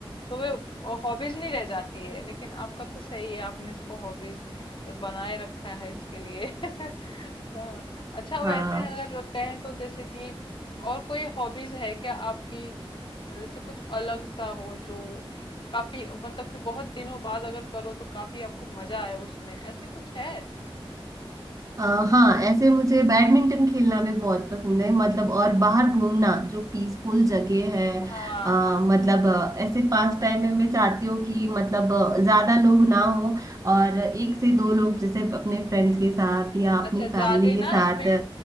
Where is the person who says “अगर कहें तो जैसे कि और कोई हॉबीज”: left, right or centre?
Left